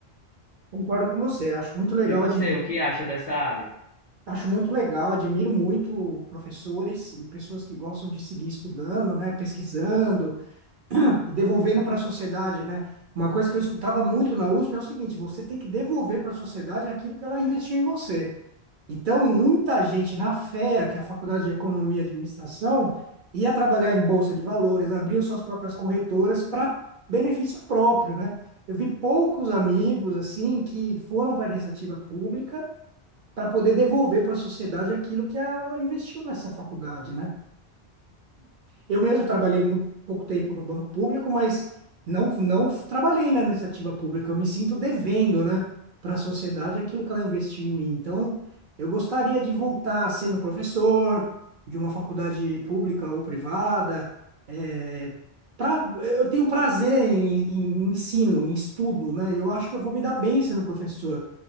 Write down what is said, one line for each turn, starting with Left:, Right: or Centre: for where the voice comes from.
Right: Concordo com você, acho muito legal,
Left: E você,
Right: admiro.
Left: o que acha dessa área?
Right: Acho muito legal, admiro muito professores e pessoas que gostam de seguir estudando, né, pesquisando e devolvendo para a sociedade, né? Uma coisa que eu escutava muito na USP é o seguinte, você tem que devolver para a sociedade aquilo que ela investiu em você. Então, muita gente na FEA, que é a Faculdade de Economia e Administração, ia trabalhar em bolsa de valores, abriu suas próprias corretoras para benefício próprio, né? Eu vi poucos amigos assim que foram para a iniciativa pública para poder devolver para a sociedade aquilo que ela investiu nessa faculdade, né? Eu mesmo trabalhei muito pouco tempo no banco público, mas não não trabalhei né, na iniciativa pública. Eu me sinto devendo, né, para a sociedade aquilo que ela investiu em mim. Então, eu gostaria de voltar sendo professor de uma faculdade pública ou privada. É, pra, eu tenho prazer em, em ensino, em estudo, né? Eu acho que eu vou me dar bem sendo professor